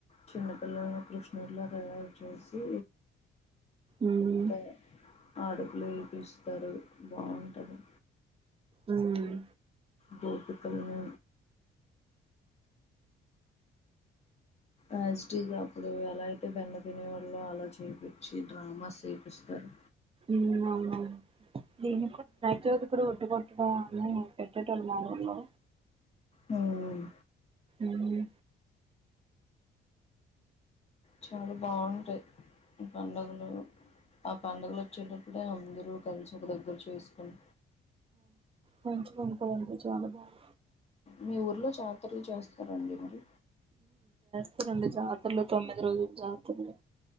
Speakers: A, on the left; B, on the right.
A: చిన్నపిల్లల్నీ కృష్ణూలా తయారు చేసి
B: ఉమ్
A: ఏ అడుగులు ఎపిస్తారు బాగుంటది
B: ఉమ్
A: గోపికల్ని అజీటిజ్ అప్పుడు ఎలా అయితే బండ తినేవాళ్ళు అలా చేపించి డ్రామాస్ చేపిస్తారు
B: ఉమ్ అవునవును దీనికి కూడా రా చోదకుడు ఉట్టి కొట్టడా పెట్టటమ్ మా ఊర్లో
A: హ్మ్
B: ఉహు
A: చాలా బాగుంటాయి ఈ పడుగలు ఆ పడుగలు వచ్చేటప్పుడే అందరూ కలిసి ఒక దగ్గర చేసుకున్
B: మంచి కొంకోదండి చాలా బాగా
A: మీ ఊరిలో జాతరలు చేస్తారండి మరి
B: తరండి జాతరలు తొమ్మిది రోజుల జాతరలు